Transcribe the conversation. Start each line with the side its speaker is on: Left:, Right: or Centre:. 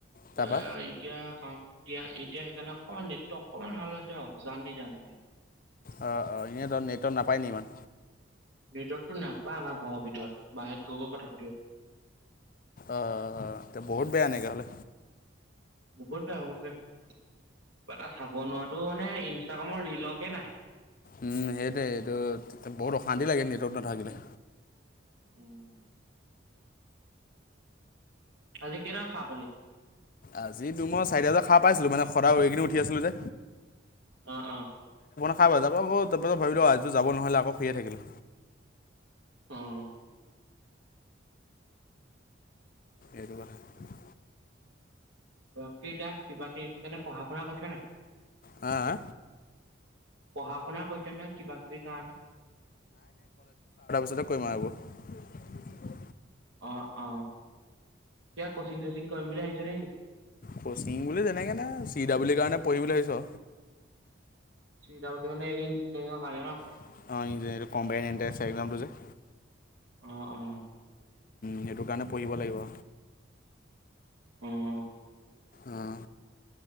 Left: তাৰপৰা
Right: এতিয়া। চাও এতিয়া এতিয়া সেইকাৰণে অকমান নেটটো অকমান ভাল হৈছে। <unintelligible>
Left: অঁ অঁ এনেইতো নেটত নাপায় নি ইমান?
Right: ভিতৰততো নাপায় ঘৰ ভিতৰত, বাহিৰত গৈ গৈ কথা পাতিম।
Left: আহ তে বহুত বেয়া এনেকে হলে।
Right: মূখষ্ট হৈছে। কিবা এটা চাব নোৱাৰাটো মানে ইনষ্টাগ্ৰামৰ ৰিলকে নাহে।
Left: উম সেইটোৱে এইটো বহুত অশান্তি লাগে নেটৱৰ্ক নাথাকিলে।
Right: উম। আজি কেইটাত খাৰ পালি।
Left: আজি মই চাৰিটা বজাত খা পাইছিলো। মানে সদায় এইখিনি উঠি আছিলো যে।
Right: অ' অ'
Left: খাই ব যাৰ পৰা তাৰপাছত ভাবিলোঁ আজিযোৰ যাব নহ'লে আকৌ খুয়ে থাকিলোঁ।
Right: অ',
Left: এইটো কাৰণে।
Right: অ' কেইটা কিবা কে পঢ়া শুনা কৰিছা নে নাই
Left: হা হা
Right: পঢ়া শুনা কৰিছ নহয় কিবা কিবি কাৰণে।
Left: পিছত কৰিম আৰু এইবোৰ।
Right: অ অ কিবা কচিং চচিং কৰিম বুলি ভাবিছে নেকি?
Left: কচিং বুলি তেনেকে নাই চি ডবলী কাৰণে পঢ়িম বুলি ভাবিছো।
Right: চি ডব্লিউৰ ইঞ্জনিয়ৰ কাৰণে ন।
Left: অ ইঞ্জিনিয়াৰি কম্পিউটাৰ এনট্ৰেষ্ট এক্সামটো যে
Right: অ অ।
Left: সেইটো কাৰণে পঢ়িব লাগিব।
Right: অ'।
Left: আহ।